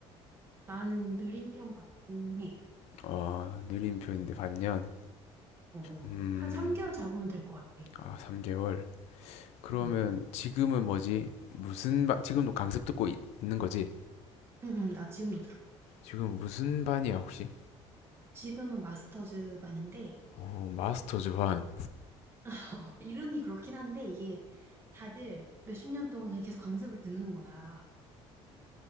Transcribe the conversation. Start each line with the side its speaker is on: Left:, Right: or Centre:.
Right: 나는 느린 편 같긴 해.
Left: 아, 느린 편인데 반년.
Right: 어, 어.
Left: 음,
Right: 한 3개월 잡으면 될 것 같아.
Left: 아, 3개월. 그러면
Right: 응, 응.
Left: 지금은 뭐지? 무슨 반, 지금도 강습 듣고 있, 는 거지?
Right: 응, 응, 나 지금도 들어.
Left: 지금 무슨 반이야, 혹시?
Right: 지금은 마스터즈 반인데
Left: 어, 마스터즈 반.
Right: <laughs> 이름이 그렇긴 한데 이게 다들 몇십 년 동안 그냥 계속 강습을 듣는 거야.